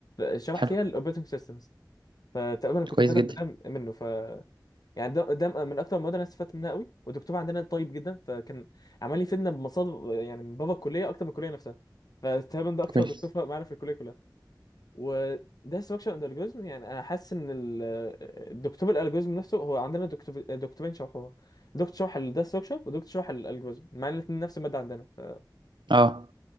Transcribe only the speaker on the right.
حلو
كويس
جدا
كويس
اه